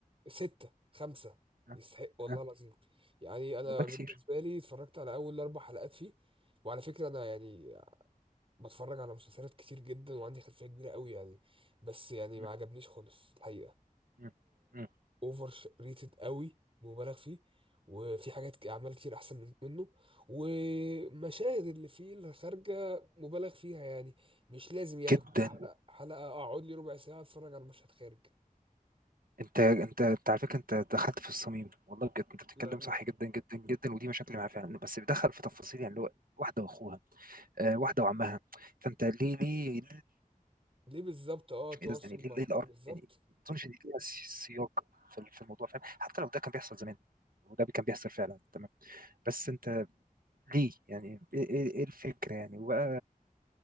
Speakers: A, on the right; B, on the right.
A: ستة خمسة
B: ها
A: يستحق والله
B: ها
A: العظيم يعني انا
B: والله
A: بالنسبة
B: كتير
A: لي اتفرجت على اول اربع حلقات فيه وعلى فكرة انا يعني بتفرج على مسلسلات كتير جدا وعندي خلفية كبيرة قوي يعني بس يعني
B: مم.
A: ما عجبنيش خالص الحقيقة
B: مم. مم.
A: اوفر ريتد قوي مبالغ فيه وفي حاجات ك- اعمال كتير احسن من منه ومشاهد اللي فيه الخارجه مبالغ فيها يعني مش لازم يعني
B: جدا
A: كل حلقه حلقه اقعد لي ربع ساعه اتفرج على مشهد خارج
B: انت انت انت على فكره انت دخلت في الصميم والله بجد انت بتتكلم
A: يعني
B: صح جدا جدا جدا ودي مشاكل معاه فعلا بس بيدخل في تفاصيل يعني اللي هو واحده واخوها آه، واحده وعمها فانت ليه ليه ليه
A: ليه بالظبط اه تواصل
B: ايه ده يعني ليه
A: مع
B: ليه الارض
A: بالظبط
B: يعني ما اظنش ان ليها س- سياق في ال- في الموضوع فاهم حتى لو ده كان بيحصل زمان وده كان بيحصل فعلا تمام بس انت ليه يعني ايه ايه إيه الفكره يعني وبقى